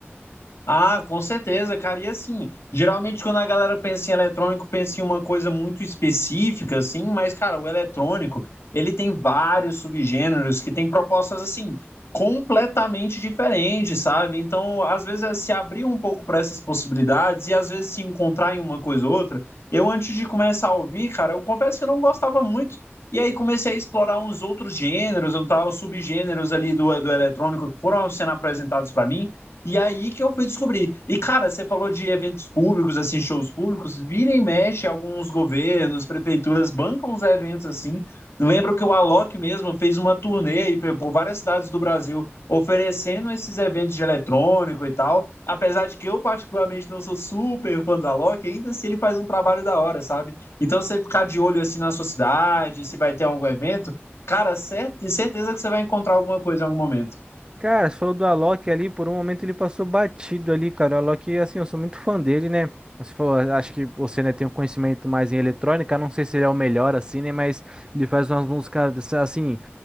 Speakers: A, on the left (about 80°); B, on the right (about 20°).
A: Ah, com certeza, cara. E assim, geralmente quando a galera pensa em eletrônico, pensa em uma coisa muito específica, assim, mas, cara, o eletrônico, ele tem vários subgêneros que tem propostas, assim, completamente diferentes, sabe? Então, às vezes, é se abrir um pouco para essas possibilidades e às vezes se encontrar em uma coisa ou outra. Eu, antes de começar a ouvir, cara, eu confesso que eu não gostava muito. E aí comecei a explorar uns outros gêneros, um tal, subgêneros ali do, do eletrônico que foram sendo apresentados para mim. E aí que eu fui descobrir. E, cara, você falou de eventos públicos, assim, shows públicos, vira e mexe, alguns governos, prefeituras bancam os eventos assim. Lembro que o Alok mesmo fez uma turnê aí pe- por várias cidades do Brasil oferecendo esses eventos de eletrônico e tal. Apesar de que eu, particularmente, não sou super fã do Alok, ainda se assim ele faz um trabalho da hora, sabe? Então você ficar de olho assim na sua cidade, se vai ter algum evento, cara, cert certeza que você vai encontrar alguma coisa em algum momento.
B: Cara, você falou do Alok ali, por um momento ele passou batido ali, cara. O Alok, assim, eu sou muito fã dele, né? Você falou, a- acho que você, né, tem um conhecimento mais em eletrônica, não sei se ele é o melhor, assim, né? Mas ele faz umas músicas, assim,